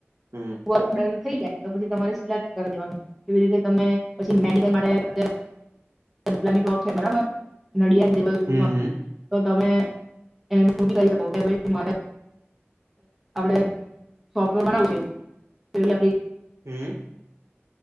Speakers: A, on the right; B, in the centre.
A: હમ
B: વર્ક ડે થઈ જાય તો પછી તમારે સિલેક્ટ કરી દેવાનું એવી રીતે. તમે પછી મેડિકલ રો અત્યારે <unintelligible> શોખ છે બરાબર. નડિયાદ લેબલ સુધીમાં
A: હમ હમ
B: તમે એ બ ક શકો કે ભરે <inaudible> આપડે સોફ્ટવેર બનાવ છે એ આપ
A: હમ્મ.